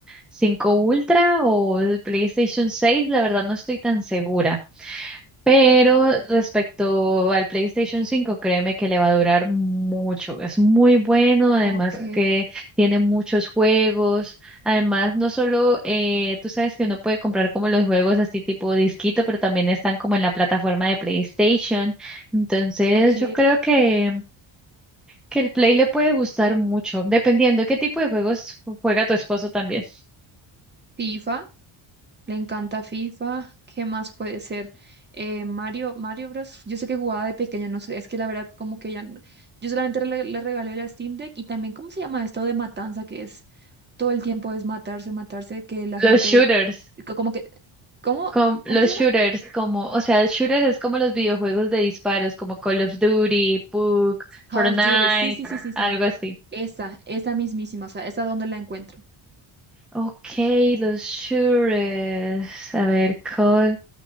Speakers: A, in the centre; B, on the right (about 20°).
A: 5 Ultra o el PlayStation 6, la verdad no estoy tan segura. Pero respecto al PlayStation 5, créeme que le va a durar mucho. Es muy bueno, además
B: Ok,
A: que tiene muchos juegos. Además, no solo, eh, tú sabes que uno puede comprar como los juegos así tipo disquito, pero también están como en la plataforma de PlayStation. Entonces,
B: ok.
A: yo creo que, que el Play le puede gustar mucho, dependiendo qué tipo de juegos juega tu esposo también.
B: FIFA. Le encanta FIFA. ¿Qué más puede ser? Eh, Mario, Mario Bros. Yo sé que jugaba de pequeño, no sé, es que la verdad como que ya... no- Yo solamente le, le regalé la Steam Deck y también, ¿cómo se llama esto de matanza? Que es todo el tiempo es matarse, matarse, que la
A: <laughs>
B: gente...
A: Los shooters.
B: co- Como que... ¿Cómo?
A: Con los
B: ¿Cómo se llama?
A: shooters, como, o sea, el shooter es como los videojuegos de disparos, como Call of Duty, PUBG,
B: Call
A: Fortnite,
B: of Duty. Sí, sí, sí, sí, sí.
A: algo así.
B: Esa, esa mismísima, o sea, esa donde la encuentro.
A: Ok, los shooters. A ver, Call,